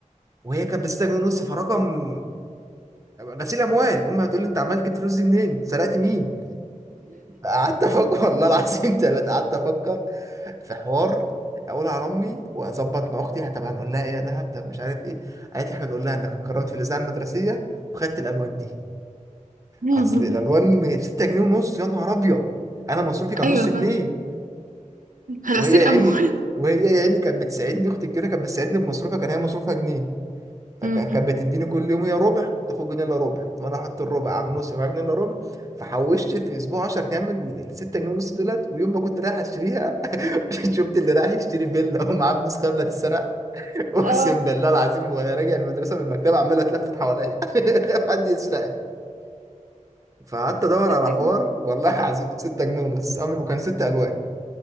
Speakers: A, on the right; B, on the right.
A: وهي كانت بستة جنيه ونص فرقم غسيل اموال امي هتقول لي انت عمال جبت فلوس دي منين سرقت مين قعدت افكر <laughs> والله العظيم ثلاثة قعدت افكر في حوار اقول على امي واظبط مع اختي طب هنقول لها ايه يا دهب طب مش عارف ايه قالت لي احنا نقول لها انك اتكرمت في الاذاعه المدرسيه وخدت الالوان دي
B: <laughs>
A: اصل الالوان 6 جنيه ونص يا نهار ابيض انا مصروفي كان
B: ايوه
A: نص
B: فاهم
A: جنيه
B: غسيل
A: وهي يا
B: اموال
A: عيني
B: <laughs>
A: وهي يا عيني كانت بتساعدني اختي الكبيره كانت بتساعدني بمصروفها كان هي مصروفها جنيه فكانت
B: مم.
A: بتديني كل يوم يا ربع تاخد جنيه الا ربع وانا احط الربع على النص يبقى معايا جنيه الا ربع فحوشت في اسبوع 10 ايام من ال 6 جنيه ونص دولت ويوم ما كنت رايح اشتريها <laughs> شفت اللي رايح يشتري فيلا <laughs> ومعاه فلوس قبل تتسرق اقسم
B: اه
A: بالله العظيم وانا راجع المدرسه من المكتبه عمال اتلفت حواليا <laughs> خايف حد يسرقني فقعدت ادور
B: 6
A: على حوار
B: جنيه
A: والله العظيم 6 جنيه ونص أمر- وكان ست الوان